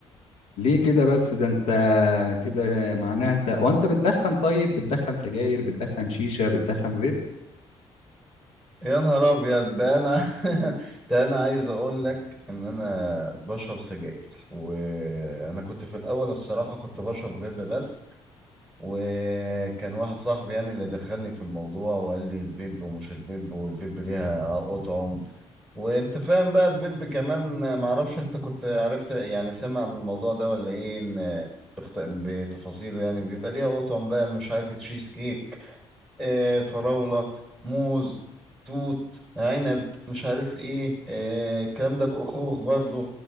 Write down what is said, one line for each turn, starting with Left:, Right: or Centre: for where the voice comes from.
Left: ليه كده بس ده انت كده معناها انت وانت بتدخن طيب بتدخن سجاير بتدخن شيشة بتدخن فيب
Centre: يا نهار أبيض ده أنا <laughs> ده أنا عايز أقول لك إن أنا بشرب سجاير وأنا كنت في الأول الصراحة كنت بشرب فيب بس وكان واحد صاحبي يعني اللي دخلني في الموضوع وقال لي الفيب ومش الفيب والفيب ليها أطعم وانت فاهم بقى الفيب كمان معرفش انت كنت عرفت يعني سمع عن الموضوع ده ولا ايه ان بخت- بتفاصيله يعني بيبقى ليها أطعم بقى مش عارف تشيز كيك آه، فراولة موز توت عنب مش عارف ايه آه، الكلام ده خوخ برضو